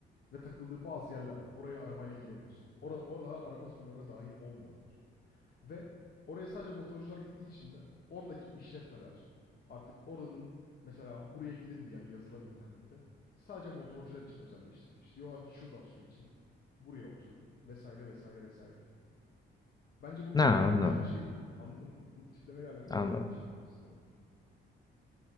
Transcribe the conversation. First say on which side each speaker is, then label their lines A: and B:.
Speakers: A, on the left; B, on the left.
A: ve takıldığı bazı yerler var. Oraya arabayla giremiyorsun. Ora, oraya araba turlarına dahil olmuyorlar. Ve oraya sadece motorcular gittiği için de oradaki işletmeler artık oranın mesela buraya gidin diyen yazılar internette sadece motorcular için özelleştirilmiş. Diyorlar ki şuradan su için buraya oturun vesaire vesaire vesaire. Bence bunu
B: Ne
A: kültüre
B: anladım,
A: dönüştüren şey bu. Anladın mı? Bu tiplemeyle alakası
B: anladım.
A: olmayan bir şeyden bahsediyorum.